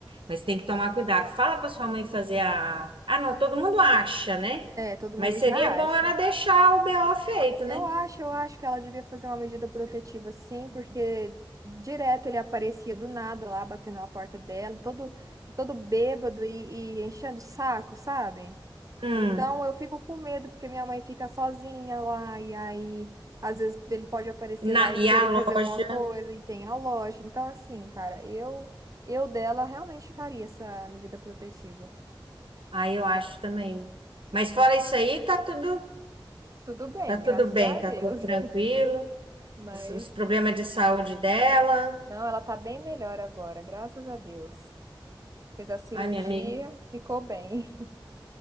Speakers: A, on the right; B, on the right.
A: Mas tem que tomar cuidado. Fala para sua mãe fazer a. Ah, não, todo mundo acha, né?
B: É, é, todo
A: Mas
B: mundo
A: seria
B: já
A: bom
B: acha.
A: ela deixar o BO feito,
B: Eu
A: né?
B: acho, eu acho que ela devia fazer uma medida protetiva, sim, porque direto ele aparecia do nada lá, batendo na porta dela, todo, todo bêbado e, e enchendo o saco, sabe?
A: Hum.
B: Então eu fico com medo, porque minha mãe fica sozinha lá, e aí às vezes ele pode aparecer
A: Na,
B: lá e
A: e
B: querer
A: a
B: fazer
A: loja,
B: alguma coisa, e tem a loja. Então, assim, cara, eu, eu dela realmente faria essa medida protetiva.
A: aí eu acho também. Mas fora isso aí, tá tudo,
B: Tudo bem,
A: tá tudo
B: graças
A: bem,
B: a Deus,
A: tá tudo tranquilo.
B: <laughs> mas.
A: Os, os problemas de saúde dela.
B: Não, ela tá bem melhor agora, graças a Deus. fez a cirurgia,
A: Ai, minha amiga.
B: ficou bem. <laughs>